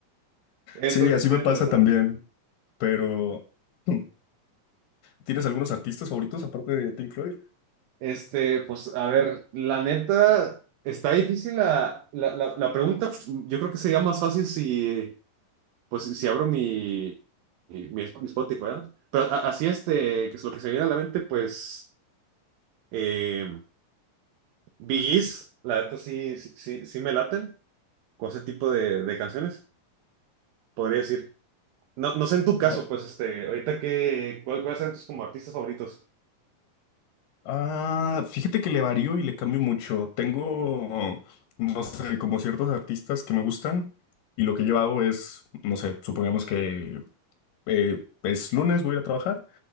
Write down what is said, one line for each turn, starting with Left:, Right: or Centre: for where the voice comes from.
Right: <laughs> Está,
Left: Sí,
Right: está
Left: así me
Right: interesante.
Left: pasa también. Pero, hmm, ¿tienes algunos artistas favoritos aparte de Pink Floyd?
Right: Este, pues a ver, la neta, está difícil la, la, la- la pregunta. Yo creo que sería más fácil si, pues, si abro mi, mi, mi Spotify, ¿verdad? Pero a- así, este, que es lo que se viene a la mente, pues, eh, Bee Gees, la neta sí, sí, sí, sí me laten con ese tipo de, de canciones, podría decir. No, no sé en tu caso,
Left: Ah,
Right: pues, este, ahorita que, ¿cuál, cuáles son tus como artistas favoritos?
Left: Ah, fíjate que le varío y le cambio mucho. Tengo, no sé, como ciertos artistas que me gustan y lo que yo hago es, no sé, supongamos que eh, es lunes, voy a ir a trabajar